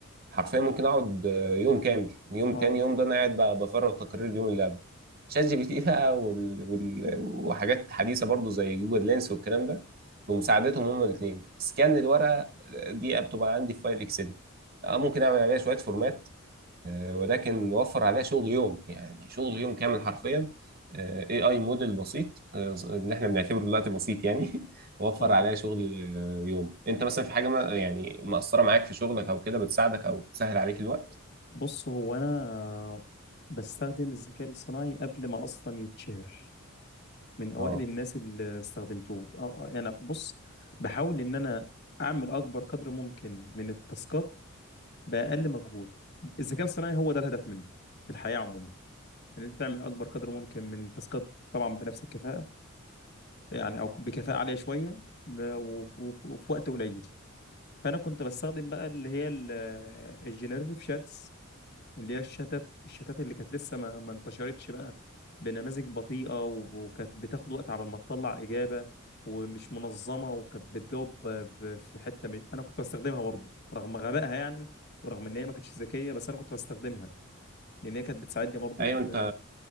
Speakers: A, on the right (about 45°); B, on the left (about 50°).
A: حرفيا ممكن اقعد آه، يوم كامل يوم
B: اه
A: تاني يوم ده انا قاعد بقى بفرغ تقارير اليوم اللي قبل شات جي بي تي <laughs> بقى وال... وال... وحاجات حديثه برضو زي جوجل لينس والكلام ده بمساعدتهم هما الاثنين سكان الورقه دي بتبقى عندي في فايل اكسل اه ممكن اعمل عليها شويه فورمات آه، ولكن وفر عليها شغل يوم يعني شغل يوم كامل حرفيا اي اي موديل بسيط آه، اللي احنا بنعتبره دلوقتي بسيط يعني <laughs> وفر
B: اه
A: عليها شغل آه، يوم انت مثلا في حاجه ما يعني مأثره معاك في شغلك او كده بتساعدك او بتسهل عليك الوقت
B: بص هو انا بستخدم الذكاء الاصطناعي قبل ما اصلا يتشهر من اوائل
A: اه
B: الناس اللي استخدمته اه آه، انا بص بحاول ان انا اعمل اكبر قدر ممكن من التاسكات باقل مجهود الذكاء الاصطناعي هو ده الهدف منه في الحياه عموما ان يعني انت تعمل اكبر قدر ممكن من التاسكات طبعا بنفس الكفاءه يعني او بكفاءه عاليه شويه ب- و- و- وفي وقت قليل فانا كنت بستخدم بقى اللي هي الجنريتيف شاتس اللي هي الشتات الشتات اللي كانت لسه ما, ما انتشرتش بقى بنماذج بطيئة و- وكانت بتاخد وقت على ما تطلع إجابة ومش منظمة وكانت بتجاوب ب- ب- في حتة من... أنا كنت بستخدمها برضه رغم غبائها يعني ورغم إن هي ما كانتش ذكية بس أنا كنت بستخدمها لأن هي كانت بتساعدني برضه
A: ايوه
B: في